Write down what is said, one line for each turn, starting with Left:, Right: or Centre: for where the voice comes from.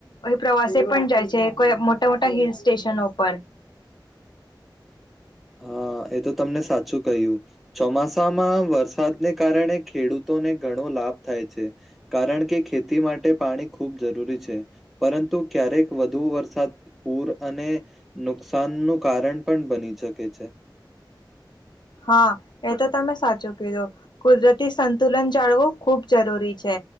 Left: પ્રવાસે પણ જાય છે કોઈ મોટા મોટા હિલ સ્ટેશનો ઉપર
Centre: હા એ તો તમને સાચું કહ્યું ચોમાસામાં વરસાદને કારણે ખેડૂતોને ઘણા લાભ થાય છે કારણ કે ખેતી માટે પાણી ખૂબ જરૂરી છે પરુ ક્યારેક વધુ વરસાદ પૂર અને નુકસાન નું કારણ પણ બની શકે છે છે.
Left: હા એ તો તમે સાચું કીધો કુદરતી સંતુલન જાળવું ખુબ જરૂરી છે.